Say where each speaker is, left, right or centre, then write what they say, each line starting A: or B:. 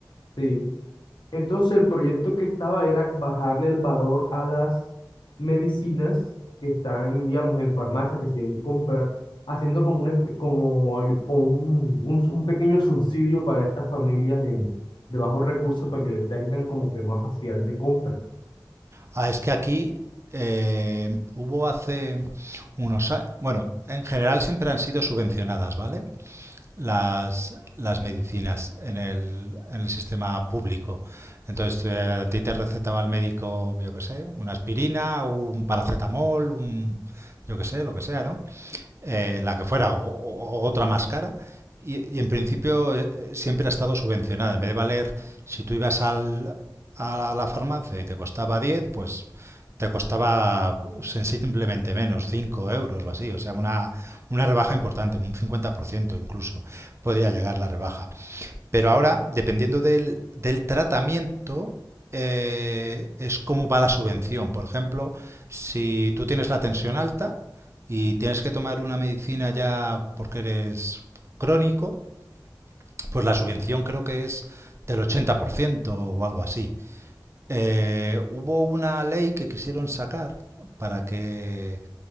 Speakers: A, on the left (about 85°); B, on the right (about 35°).
A: ¿sí? Entonces el proyecto que estaba era bajarle el valor a las medicinas que están, digamos, en farmacia, que se tienen que comprar, haciendo como un, espe- como, ay- como un, un, un pequeño subsidio para estas familias de, de bajos recursos para que les tengan como que más facilidad de compra.
B: Ah, es que aquí eh, hubo hace unos años, bueno, en general siempre han sido subvencionadas, ¿vale? las, las medicinas en el, en el sistema público. Entonces, eh, a ti te recetaba el médico, yo qué sé, una aspirina, un paracetamol, un, yo qué sé, lo que sea, ¿no? Eh, la que fuera, o, o otra más cara. Y, y en principio eh, siempre ha estado subvencionada. En vez de valer, si tú ibas al, a la, farmacia y te costaba diez pues te costaba sensiblemente menos, 5 euros o así, o sea, una, una rebaja importante, un 50% incluso podía llegar la rebaja. Pero ahora, dependiendo del, del tratamiento, eh, es cómo va la subvención. Por ejemplo, si tú tienes la tensión alta y tienes que tomar una medicina ya porque eres crónico, pues la subvención creo que es del 80% o algo así. Eh, hubo una ley que quisieron sacar para que